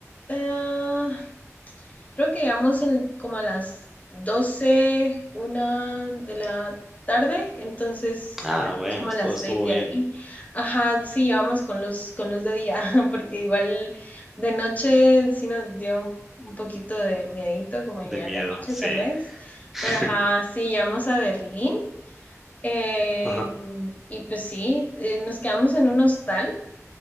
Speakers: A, on the left; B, in the centre.
A: eh, creo que llegamos en- como a las 12 una de la tarde, entonces
B: Ah,
A: salimos
B: bueno,
A: como
B: estuvo,
A: a las 6
B: estuvo
A: de
B: bien.
A: ahí. Ajá, sí, llevamos con luz, con luz de día, <laughs> porque igual de noche sí nos dio un, un poquito de miedito como llegar
B: De miedo,
A: de noche
B: sí.
A: tal vez,
B: <laughs>
A: pero ajá, sí, llegamos a Berlín. eh,
B: Ajá,
A: y pues sí, eh, nos quedamos en un hostal.